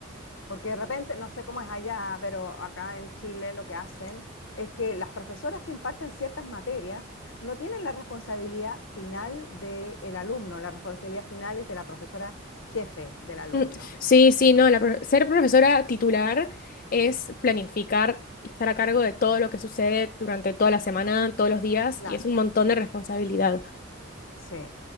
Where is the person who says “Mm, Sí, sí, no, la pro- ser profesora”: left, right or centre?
Left